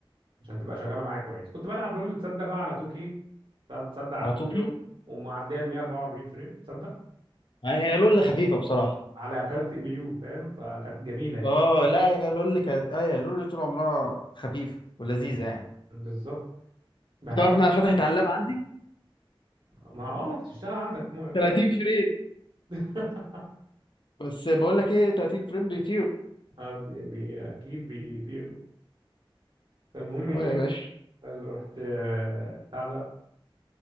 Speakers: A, on the right (about 65°); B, on the left (about 60°).
A: عشان تبقى شغاله معايا كويس كنت بلعب لول تصدق بقى على 2K تصدق على
B: على توكي
A: 2K ومعديه ال 144 فريم تصدق
B: آه، هي لولة خفيفة بصراحة
A: على كارت اي بي يو فاهم فكانت جميله يعني
B: اه لا هي لول كانت اه هي لول طول عمرها خفيفة ولذيذة يعني
A: بالظبط بعديها
B: بتعرف انها فتحت على اللاب عندي
A: ما اه تشتغل عندك مو
B: 30
A: كويس
B: فريم
A: <laughs>
B: بس بقول لك ايه 30 فريم بيطير
A: آه، بي- بي- اكيد بيطيروا فالمهم
B: اه
A: ايه
B: يا باشا
A: اللي رحت آه، بتاع ده